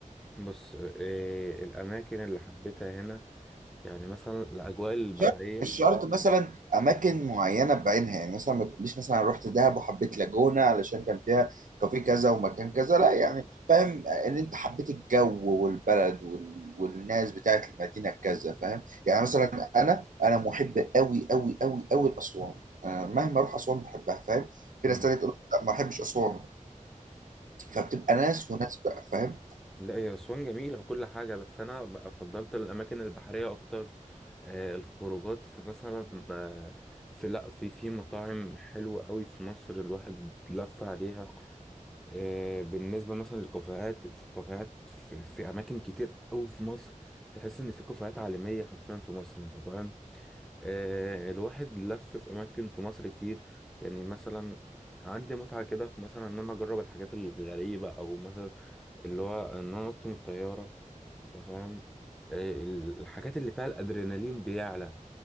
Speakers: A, in the centre; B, on the right (about 75°).
A: بص آه، الأماكن اللي حبيتها هنا يعني مثلا الأجواء البحرية
B: شرط مش شرط مثلا اماكن معينه بعينها يعني مثلا ما تقوليش مثلا أنا رحت دهب وحبيت لاجونا علشان كان فيها كافيه كذا ومكان كذا لا يعني فاهم ان انت حبيت الجو والبلد وال... والناس بتاعت المدينه كذا فاهم يعني مثلا انا انا محب قوي قوي قوي قوي لاسوان أنا مهما اروح اسوان بحبها فاهم في
A: مم.
B: ناس تانية تقول لك لا ما بحبش اسوان فبتبقى ناس وناس بقى فاهم
A: لا هي أسوان جميلة وكل حاجة بس أنا بقى فضلت الأماكن البحرية أكتر آه، الخروجات في مثلا آه، في لا في في مطاعم حلوة قوي في مصر الواحد لف عليها آه، بالنسبة مثلا للكافيهات في كافيهات في, في أماكن كتير أوي في مصر تحس إن في كافيهات عالمية حرفيا في مصر أنت فاهم آه، الواحد لف في أماكن في مصر كتير يعني مثلا عندي متعة كده في مثلا إن أنا أجرب الحاجات الغريبة أو مثلا اللي هو إن أنا أنط من الطيارة أنت فاهم آه، الحاجات اللي فيها الأدرينالين بيعلى